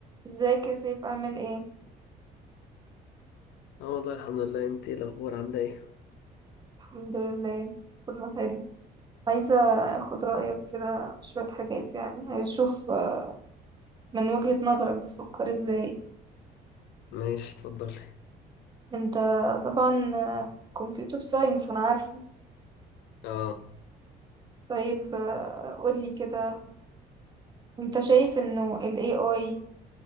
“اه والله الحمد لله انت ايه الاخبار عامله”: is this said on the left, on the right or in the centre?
Left